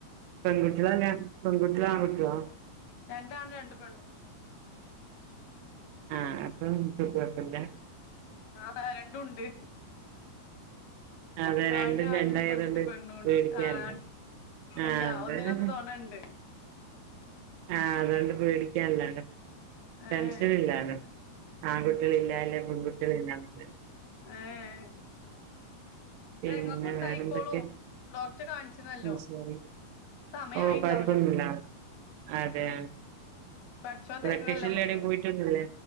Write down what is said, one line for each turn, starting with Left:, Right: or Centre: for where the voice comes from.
Right: പെൺകുട്ടികൾതന്നാ പെൺകുട്ടികളും ആൺകുട്ടികളും
Left: രണ്ടാണ് രണ്ട് പെണ്ണും
Right: ആഹ് അപ്പൊ സുഖമാക്കില്ല
Left: ആഹ് രണ്ടും ഉണ്ട്
Right: അതെ
Left: ആണിന്
Right: രണ്ടും
Left: ആണും
Right: രണ്ടായതൊണ്ട്
Left: പെണ്ണിന് പെണ്ണും ഉണ്ട്
Right: പേടിക്കാല്ല
Left: ആഹ്
Right: ആഹ്
Left: അല്ല ഒന്നിന്
Right: അത്
Left: ഒന്ന് തുണയുണ്ട്
Right: ആഹ് അതൊണ്ട് പേടിക്കാൻല്ലാല്ലോ
Left: ഏഹ്
Right: ടെൻഷൻ ഇല്ലാന്ന് ആൺകുട്ടികൾ ഇല്ലല്ലൊ പെൺകുട്ടികളില്ലന്നുള്ള.
Left: ആ ഏ
Right: പിന്നെ
Left: അയ് നിങ്ങക്ക് ഉണ്ടായിക്കോളും
Right: വേറെന്തൊക്കെ
Left: ഡോക്ടറെ കാണിച്ചിരുന്നല്ലോ.
Right: ഉം ശരി
Left: സമയം
Right: ഓ
Left: ആയിട്ടുണ്ടാവില്ല
Right: കൊഴപ്പൊന്നുല്ല അതെ
Left: പഠിച്ചോൻ തരണല്ലോ
Right: വെക്കേഷന്
Left: നമ്മക്ക്
Right: എവിടെയും പോയിട്ടൊന്നുല്ലേ